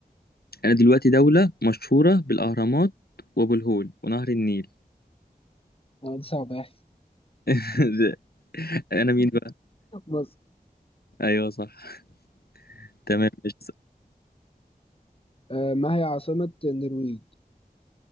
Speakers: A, on the left; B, on the left.
A: انا دلوقتي دولة مشهورة بالاهرامات وابو الهول ونهر النيل
B: آه دي صعبة <laughs> يعني
A: <laughs> انا مين بقى
B: مصر
A: ايوه صح تمام مش
B: آه، ما هي عاصمة النرويج؟